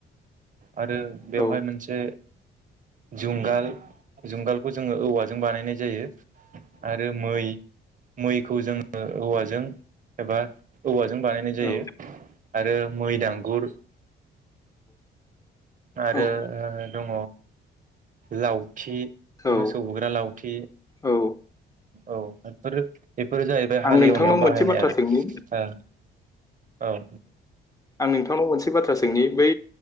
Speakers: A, on the right; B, on the left.
A: आरो बेवहाय
B: औ
A: मोनसे जुंगाल जुंगालखौ जोङो औवाजों बानायनाय जायो आरो मै मैखौ जोङो औवाजों एबा औवा जों बानायनाय जायो
B: औ
A: आरो मै दांगुर आरो
B: औ
A: ओ दङ लाव थि
B: औ
A: मोसौ
B: औ
A: बुग्रा लाव थि
B: औ
A: औ इफोरो बेफोर जाहैबाय
B: आं
A: हाल
B: नोंथांनाव
A: एवनायाव
B: मोनसे
A: बाहायनाय
B: बाथ्रा
A: आरो
B: सोंनि
A: ओ औ
B: आं नोंथांनाव मोनसे बाथ्रा सोंनि बै